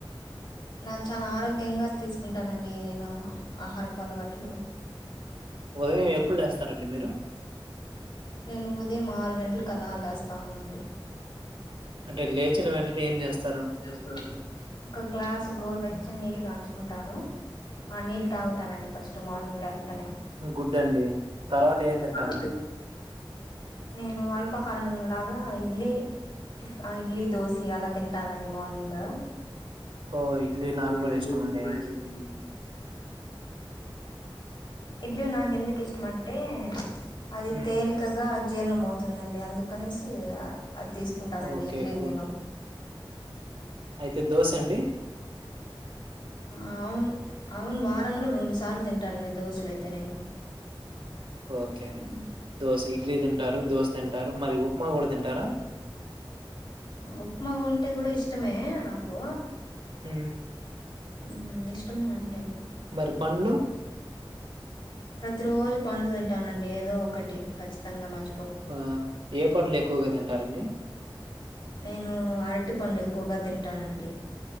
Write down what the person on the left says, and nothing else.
నాక్ చాలా ఆరోగ్యంగా తీసుకుంటానండి నేను ఆహారపు అలవాట్లు
నేను ఉదయం ఆరు గంటలకు అలాలేస్తానండి
చేస్తారు ఒక గ్లాస్ గోరు వెచ్చని నీళ్ళు కాంచుకుంటాను ఆ నీళ్ళ తాగ్ గ్ తానండి ఫస్ట్ మార్నింగ్ లెగ్స్తానే
సరే నేను వాల్పాహారం లాగా ఇడ్లీ టీఫ్ ఇడ్లీ దోసీ అలా తింట తింటానండి మార్నింగ్
ఒ
ఇడ్లీ
మీ గూడా ఇష్టమ ఇడ్లీ నాకు ఎందుకు ఇష్టం అంటే అది
తేలి కగా జీర్ణం అవుతుందండి అందుకనేసి అది తీసుకుంటానండి
ఇడ్లీ
నేను
ఆ అవును అవును వారంలో రెండు సార్లు తింటానండి దోసలు అయితే నేను
మ్మ్.
ఉప్మా ఉంటే కూడా ఇష్టమే నాకు
ఊ ఇష్టమేనండి
ప్రతి రోజు పండ్లు తింటానండి ఏదో ఒకటి ఖచ్చితంగా మచ్
నేను అరటి పండ్ ఎక్కువగా తింటానండి